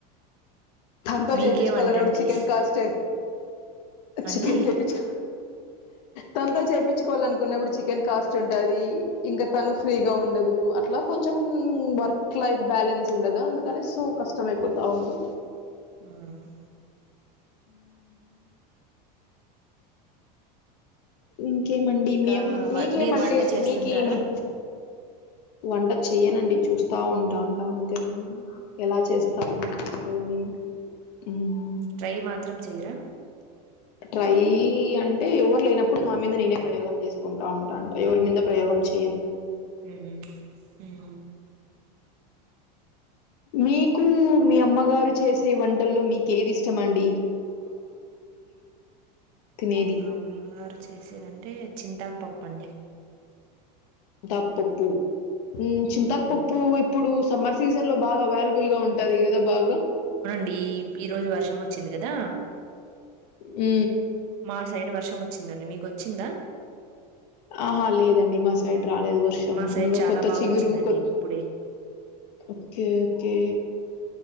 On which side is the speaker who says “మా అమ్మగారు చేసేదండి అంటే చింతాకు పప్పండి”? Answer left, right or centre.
Right